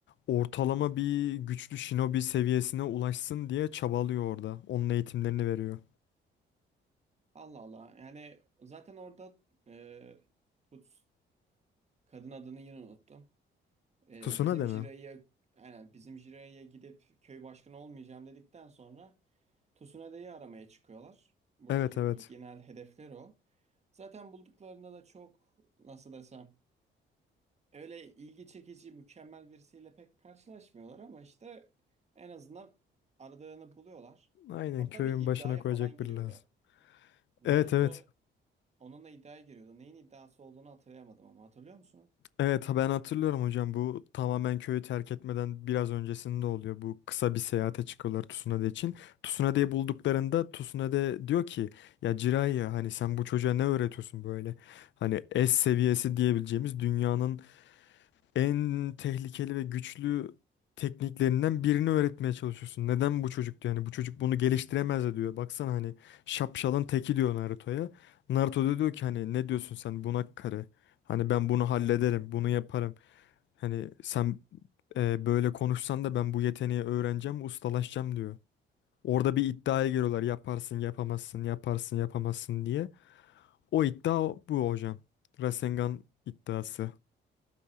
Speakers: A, on the left; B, on the right.
A: ortalama bir güçlü shinobi seviyesine ulaşsın diye çabalıyor orada. Onun eğitimlerini veriyor.
B: Allah Allah yani zaten orada e, Put kadın adını yine unuttum. E,
A: Tsunade
B: bizim Jiraiya
A: mi?
B: aynen bizim Jiraiya gidip köy başkanı olmayacağım dedikten sonra Tsunade'yi aramaya çıkıyorlar. Buradaki
A: Evet evet.
B: genel hedefler o. Zaten bulduklarında da çok nasıl desem öyle ilgi çekici mükemmel birisiyle pek karşılaşmıyorlar ama işte en azından aradığını buluyorlar.
A: Aynen
B: Hatta
A: köyün
B: bir iddiaya
A: başına koyacak
B: falan giriyordu.
A: biri lazım.
B: Naruto
A: Evet evet.
B: onunla iddiaya giriyordu. Neyin iddiası olduğunu hatırlayamadım ama hatırlıyor musun?
A: Evet ha ben hatırlıyorum hocam bu tamamen köyü terk etmeden biraz öncesinde oluyor. Bu kısa bir seyahate çıkıyorlar Tsunade için. Tsunade'yi bulduklarında Tsunade diyor ki ya Jiraiya hani sen bu çocuğa ne öğretiyorsun böyle? Hani S seviyesi diyebileceğimiz dünyanın en tehlikeli ve güçlü tekniklerinden birini öğretmeye çalışıyorsun. Neden bu çocuk diyor? Yani bu çocuk bunu geliştiremez de diyor. Baksana hani şapşalın teki diyor Naruto'ya. Naruto da diyor ki hani ne diyorsun sen bunak karı? Hani ben bunu hallederim, bunu yaparım. Hani sen e, böyle konuşsan da ben bu yeteneği öğreneceğim, ustalaşacağım diyor. Orada bir iddiaya giriyorlar. Yaparsın, yapamazsın, yaparsın, yapamazsın diye. O iddia o- bu hocam. Rasengan iddiası.